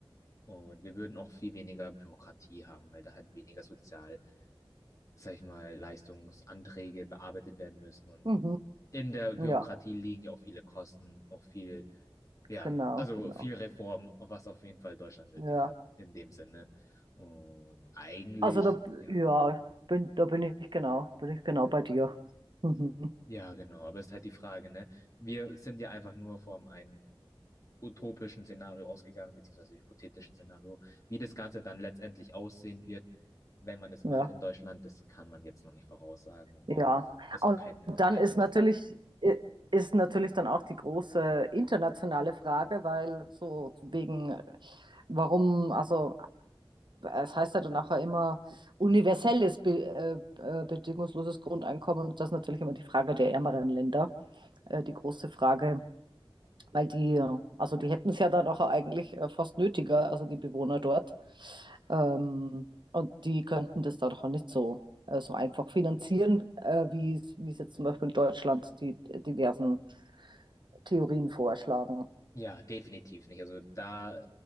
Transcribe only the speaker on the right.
Mhm.
Ja,
genau,
genau.
Ja.
Also da,
ja, bin, da bin ich genau, bin ich genau bei dir. Mhm.
Ja,
ja.
Und
dann
ist
natürlich, i- ist natürlich dann auch die große internationale Frage, weil so wegen, warum, also es heißt ja dann auch ja immer universelles, be äh, äh, bedingungsloses Grundeinkommen und das ist natürlich immer die Frage der ärmeren Länder, äh, die große Frage. Weil die, also die hätten es ja dann auch eigentlich äh, fast nötiger, also die Bewohner dort. Ähm, und die könnten das dann auch nicht so, äh, so einfach finanzieren, äh, wie es wie es jetzt zum Beispiel in Deutschland die äh, diversen Theorien vorschlagen.